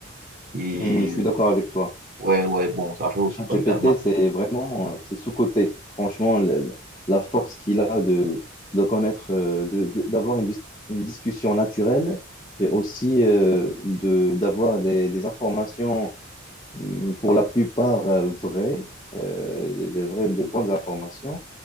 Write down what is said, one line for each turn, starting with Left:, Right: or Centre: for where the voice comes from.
Right: Et
Left: Mhm, je suis d'accord avec toi.
Right: ouais, ouais, bon, ça fait aussi
Left: ChatGPT,
Right: pas également.
Left: c'est vraiment, euh, c'est sous-coté. Franchement, le- le- la force qu'il a de, de connaître, euh, de, de- d'avoir une, dis- une discussion naturelle et aussi euh, de, d'avoir des, des informations hum, pour la plupart euh, vraies, euh, des, vraies, des bonnes informations.